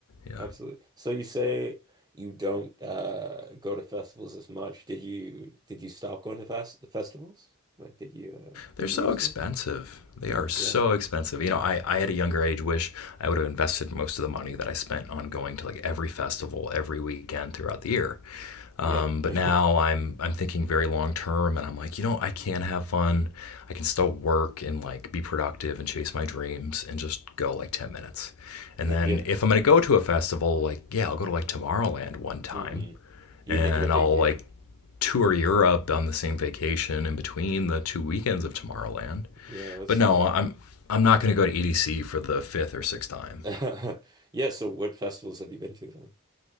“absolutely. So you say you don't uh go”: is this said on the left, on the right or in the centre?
Right